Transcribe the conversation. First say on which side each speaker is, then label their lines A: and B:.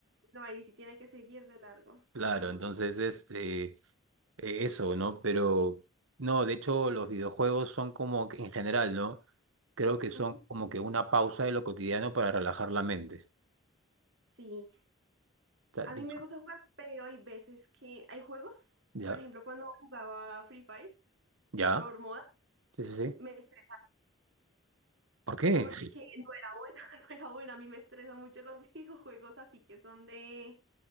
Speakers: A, on the right; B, on the right.
A: No, ahí sí tiene que seguir de largo.
B: Claro,
A: Ujú,
B: entonces este eh, eso, ¿no? Pero no, de hecho los videojuegos son como que en general, ¿no? Creo que son
A: ujú.
B: como que una pausa de lo cotidiano para relajar la mente.
A: Sí,
B: O sea,
A: a
B: digo,
A: mí me gusta jugar, pero hay veces que hay juegos.
B: ya,
A: Por ejemplo, cuando jugaba Free Fire
B: ya,
A: por moda,
B: sí, sí, sí.
A: me estresé
B: ¿Por qué?
A: porque
B: <laughs>
A: no era buena, <laughs> no era buena. A mí me estresan mucho los <laughs> videojuegos así que son de,